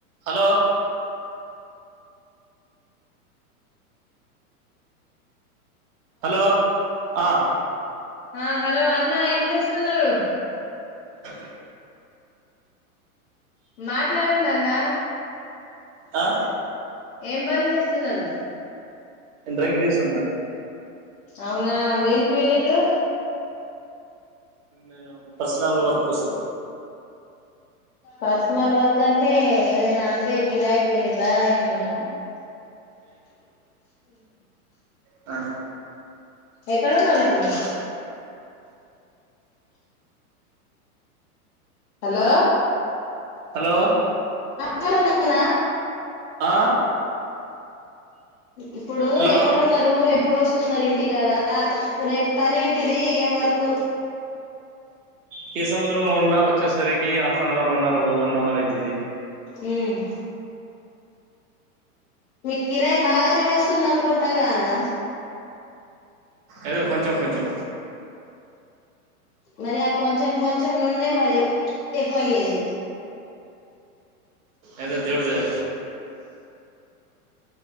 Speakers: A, on the right (about 60°); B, on the left (about 75°).
A: hello hello ఆ
B: ఆ hello అన్నా ఏం చేస్తున్నరు
A: అ
B: మాట్లాడండి అన్నా
A: ఆ
B: ఏం పని చేస్తున్నరు
A: నేను డ్రైవింగ్ చేస్తున్న
B: అవునా అందేన్కి వెళ్ళిన్రు
A: నేను పర్సనల్ వర్క్ కోసం
B: పర్సనల్ వర్క్ అంటే ఏదైనా అంటే కిరాయి వెళ్లిందా ఏం పని
A: ఆ
B: ఎక్కడున్నారు ఇప్పుడు హలో
A: హలో
B: చూడం నా
A: ఆ
B: ఇప్పుడు
A: హలో
B: ఎక్కడున్నరు ఎప్పుడొస్తున్న రింటికాడ రేప్ పనేంటిది ఏం వరకు
A: కే సముద్రంలో ఉన్నా వచ్చేసరికి half an hour one or one hour అయితది
B: హుమ్ మీకు కిరాయి బాగానే వస్తుంది అనుకుంటాగా అన్న
A: ఏదో కొంచం కొంచం
B: మరి ఆ కొంచం కొంచం నుండే మరి ఎక్కువయ్యేది
A: ఏదో దేవుడు దయ